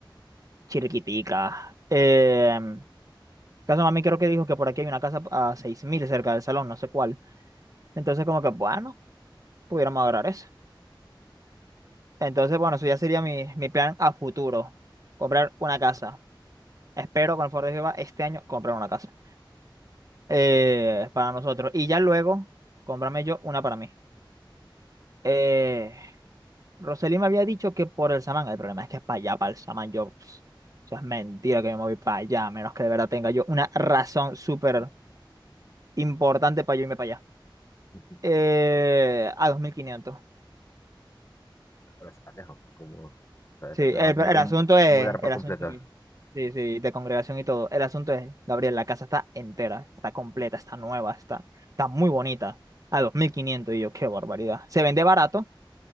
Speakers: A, on the right; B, on the left.
A: Chiriquitica. Em, Caso mami creo que dijo que por aquí hay una casa a 6.000 cerca del salón, no sé cuál. Entonces como que, bueno, pudiéramos agarrar eso. Entonces, bueno, eso ya sería mi, mi plan a futuro. Comprar una casa. Espero con el favor de Jehová este año comprar una casa. eh, para nosotros. Y ya luego, comprarme yo una para mí. Eh, Roseli me había dicho que por el Samán. El problema es que es para allá, para el Samán. Yo, pss, eso es mentira que me moví para allá, a menos que de verdad tenga yo una razón súper importante para yo irme para allá.
B: <laughs>
A: Eh, a dos mil quinientos
B: Ah, Pero eso está lejos, como, o sea, después
A: Sí,
B: te
A: el,
B: vas a tener
A: el
B: que
A: asunto
B: mu-
A: es,
B: mudar por
A: el
B: completo.
A: asunto es- sí, sí, de congregación y todo. El asunto es, Gabriel, la casa está entera, está completa, está nueva, está, está muy bonita. A 2500 y yo, qué barbaridad. Se vende barato,